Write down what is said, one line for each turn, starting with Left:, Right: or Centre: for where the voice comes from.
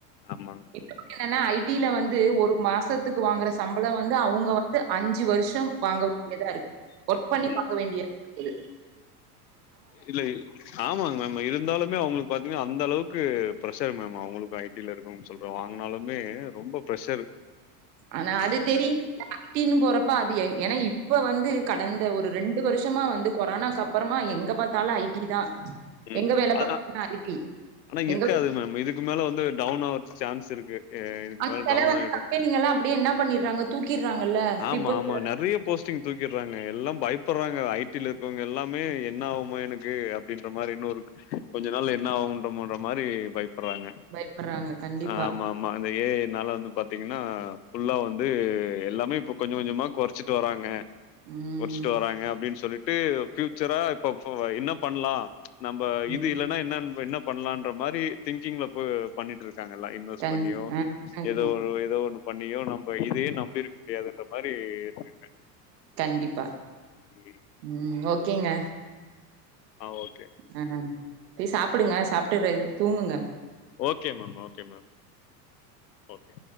Left: ஆமாங்க
Right: இப்ப என்னன்னா ஐ டி ல வந்து ஒரு மாசத்துக்கு வாங்குறச் சம்பள வந்து அவங்க வந்து அஞ்சு வருஷம் வாங்க வேண்டியதா இருக்கு ஒர்க் பண்ணி
Left: ம்
Right: வாங்க வேண்டிய எழு
Left: இல்ல ஆமாங்க மேம் இருந்தாலுமே அவங்களுக்கு பாத்தீங்கன்னா அந்த அளவு க்கு ப்ரெஷர் மேம் அவங்களுக்கு ஐ டி ல இருக்கோன்னு சொல்றோ வாங்குனாலுமே ரொம்ப ப்ரெஷரு
Right: ஆனா அது தெரி பின்போறப்ப அது ஏன் ஏன்னா இப் இப்ப வந்து கடந்த ஒரு ரெண்டு வருஷமா வந்து கொரோனாக்கு அப்புறமா எங்க பாத்தாலு ஐ டி தா
Left: ம்
Right: எங்க வேல
Left: அதா
Right: பாக்குறன்னா ஐ டி
Left: ஆனா இருக்காது
Right: எங்க
Left: மேம் இதுக்கு மேல வந்து டவுன் ஆவறத்துக்கு சான்ஸ் இருக்கு ஏ இதுக்கு
Right: ஆனா
Left: மேல
Right: செல
Left: டவுன்
Right: வந்து
Left: ஆயிடு
Right: கம்பெனிங்கல்லா அப்டியே என்ன பண்ணிட்றாங்க தூக்கிட்றாங்கல்ல பீப்புள்ஸ்
Left: ஆமா ஆமா நெறைய போஸ்டிங் தூக்கிட்றாங்க எல்லா பயப்புட்றாங்க ஐ டி ல இருக்கவங்க எல்லாமே என்ன ஆவுமோ எனக்கு அப்டின்ற மாறி இன்னொரு கொஞ்ச நாள்ல என்ன ஆவூன்றமொற மாறி பயப் புராங்க
Right: பயப்பட்றாங்க கண்டிப்பா
Left: ஆமா ஆமா அந்த ஏ ஐ னால வந்து பாத் பாத்தீங்கன்னா ஃபுல்லா வந்து எல்லாமே இப்ப கொஞ்ச கொஞ்சமா கொறச்சிட்டு வராங்க
Right: ம்
Left: கொறச்சிட்டு வராங்க அப்டின்னு சொல்லிட்டு ஃபியூச்சரா இப்ப ஃப என்ன பண்ணலா நம்ப
Right: ம்
Left: இது இல்லன்னா என்ன என்ன பண்ணலான்ற மாறி திங்கிங்ல பொ பண்ணிட்டு இருக் காங்க எல்லா இன்வெஸ்ட்
Right: கண்
Left: பண்ணியோ
Right: அ கண்
Left: ஏதோ ஏதோ ஒன்னு பண்ணியோ நம்ப இதையே நம்பி இருக் முடியாதுன்ற மாறி இருக்குங்க
Right: கண்டிப்பா
Left: ம்
Right: ம் ஓகேங்க
Left: ஆ ஓகே
Right: ஆ போய் சாப்புடுங்க சாப்ட்டு ரெண் தூங்குங்க
Left: okay ma'am okay ma'am okay